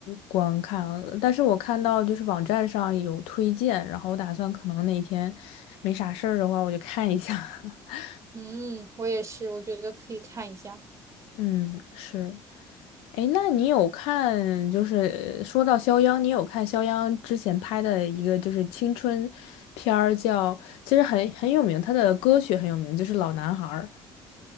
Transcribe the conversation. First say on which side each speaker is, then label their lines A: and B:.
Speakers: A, on the left (about 85°); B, on the right (about 30°).
A: 观看，但是我看到就是网站上有推荐，然后我打算可能哪天没啥事儿的话，我就看一下。<laughs>
B: 嗯，我也是，我觉得可以看一下。
A: 嗯，是。哎，那你有看，就是说到肖央，你有看肖央之前拍的一个就是青春片儿叫，其实很很有名，他的歌曲很有名，就是《老男孩》儿。